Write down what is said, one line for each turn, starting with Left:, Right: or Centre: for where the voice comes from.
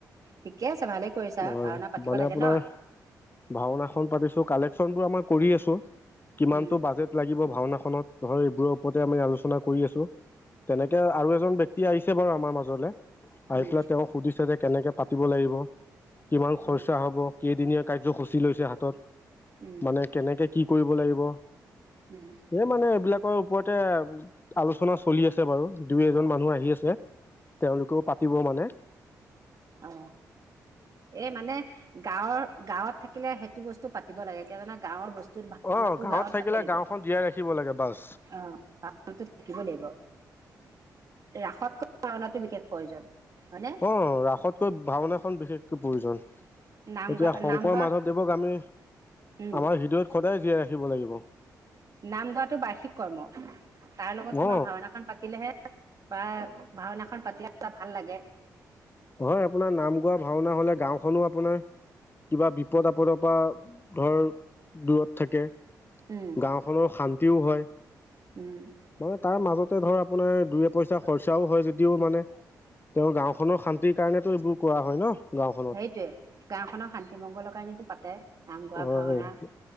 Right: ঠিকে আছে ভালে কৰিছা
Left: হয়,
Right: ভাওনা পাতিব
Left: মানে
Right: লাগে
Left: আপোনাৰ
Right: ন
Left: ভাওনাখন পাতিছো কালে। বচন বোৰ আমাৰ কৰি আছো। কিমানটো
Right: উম
Left: বাজেট লাগিব? ভাওনাখনত ধৰ এইবোৰৰ ওপৰতে আমি আলোচনা কৰি আছো, তেনেকে আৰু এজন ব্যক্তি আহিছে বাৰু আমাৰ মাজলে আহি
Right: উম
Left: পেলাই তেওঁক সুধিছে যে কেনেকে পাতিব লাগিব? কিমান খৰচা
Right: উম
Left: হব? কেইদিনীয়া? কাৰ্যসূচী লৈছে হাতত।
Right: উম
Left: মানে কেনেকে? কি কৰিব লাগিব?
Right: উম
Left: এ মানে, এইবিলাকৰ ওপৰতে আলোচনা চলি আছে। আছে বাৰু। দুই এজন মানুহ আহি আছে, তেওঁলোকেও পাতিব মানে।
Right: অ, এই মানে গাঁৱৰ-গাঁৱত থাকিলে সেইটো বস্তু পাতিব লাগে, কি গাঁৱৰ বস্তু ভাওনাটো
Left: অ
Right: গাঁৱত
Left: থাকিলে
Right: পাবই লাগে।
Left: গাঁওখন জীয়াই ৰাখিব লাগে বাছ
Right: অ ভাওনা থাকিব লাগিব ৰাসতকৈ ভাওনাটো বিশেষ। প্ৰয়োজন? হয়নে?
Left: অ ৰাসত। কৈ ভাওনাখন। বিশেষকৈ প্ৰয়োজন।।
Right: নাম
Left: এতিয়া
Right: গা
Left: শংকৰ
Right: নাম গোৱা
Left: মাধৱদেৱক আমি
Right: উম
Left: আমাৰ হৃদয়ত সদায় জীয়াই ৰাখ। পাতিব লাগিব।
Right: নাম গোৱাটো বাৰ্ষিক কৰ্ম। তাৰ লগত তোমাৰ
Left: অ
Right: ভাওনাখন পাতিলেহে। বা ভাওনাখন পাতিলে ভাল লাগে।
Left: হয় আপোনাৰ নাম গোৱা ভাওনা হলে গাওখনো আপোনাৰ কিবা। পদ আপদৰ পৰা ধৰ দূৰত থাকে।
Right: উম
Left: গাওখনৰ শান্তিও হয়
Right: উম
Left: মানে তাৰ মাজতে ধৰ আপোনাৰ দুই এ পইচা খৰচাও হয় যদি। ও মানে তেওঁৰ গাঁওখনৰ শান্তি? কাৰণেটো এইবোৰ কোৱা হয় ন। গাঁওখনত
Right: সেইটোৱে গাঁওখনৰ শান্তি মংগলৰ কাৰনেটো পাতে। নাম গোৱা
Left: হয়
Right: ভাওনা।